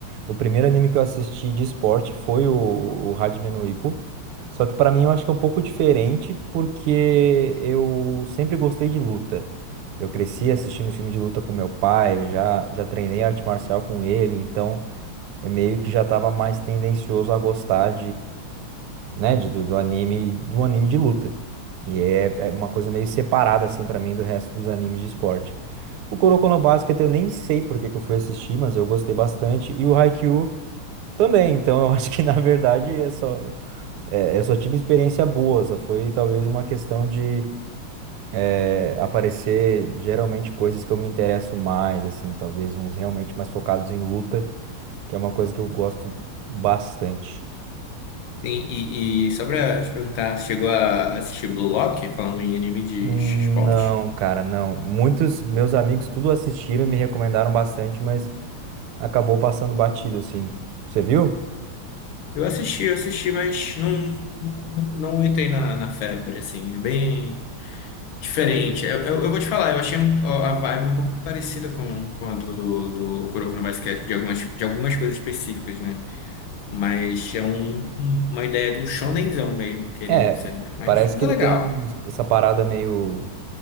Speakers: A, on the right; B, on the left.
A: O primeiro anime que eu assisti de esporte foi o, o Hajime no Ippo. Só que pra mim eu acho que é um pouco diferente porque eu sempre gostei de luta. Eu cresci assistindo filme de luta com meu pai, já já treinei arte marcial com ele, então eu meio que já estava mais tendencioso a gostar né, de, do, do anime, do anime de luta. E é, é uma coisa meio separada, assim, pra mim, do resto dos animes de esporte. O Kuroko no Basket eu nem sei por que que eu fui assistir, mas eu gostei bastante. E o Haikyuu também, então eu <laughs> acho que, na verdade, é só, é, é, eu só tive experiência boa, só foi talvez uma questão de é, aparecer geralmente coisas que eu me interesso mais, assim, talvez uns realmente mais focados em luta, que é uma coisa que eu gosto bastante.
B: Sim, e, e só pra te perguntar, você chegou a assistir Blue Lock, falando em anime de
A: Não,
B: esporte?
A: cara, não. Muitos meus amigos tudo assistiram e me recomendaram bastante, mas acabou passando batido, assim. Você viu?
B: Eu assisti, eu assisti, mas não, não, não entrei na, na febre, assim, é bem diferente. Eu, eu, eu vou te falar, eu achei um- a vibe um pouco parecida com, com a do, do Kuroko no Basket, de algumas, de algumas coisas específicas, né? Mas é um, um- uma ideia de um shonenzão mesmo, querendo
A: É,
B: ser, mas,
A: parece
B: mas
A: que
B: é
A: ele
B: legal.
A: tem essa parada meio,